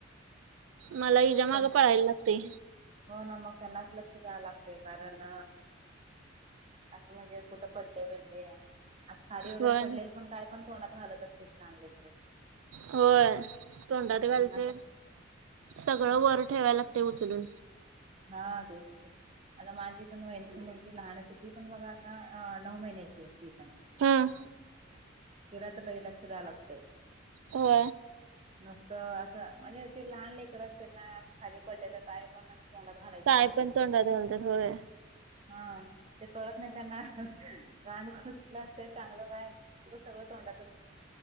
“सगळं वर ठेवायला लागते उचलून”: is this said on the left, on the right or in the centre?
Right